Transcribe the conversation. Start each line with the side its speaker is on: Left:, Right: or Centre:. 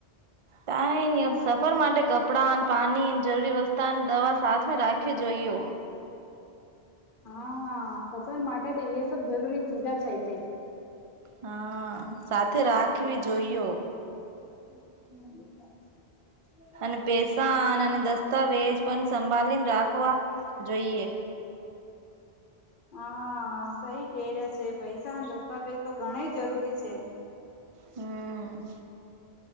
Right: કાઈની સફર માટે કપડા ન પાણી જરૂરી વસ્તા દવા સાથ મે રાખવી જોઈઓ.
Left: હા, હા, સફર માટે તે યે સબ જરૂરી ચીજા થઈ છે.
Right: હ, સાથે રાખવી જોઈયો.
Left: હમ, ને.
Right: અને પૈસાન અને દસ્તાવેજ પન સંભાલીને રાખવા જોઈએ.
Left: હા, સઈ કે રીયા છે, પૈસા દસ્તાવેજ તો ઘણે જરૂરી છે.
Right: હમ,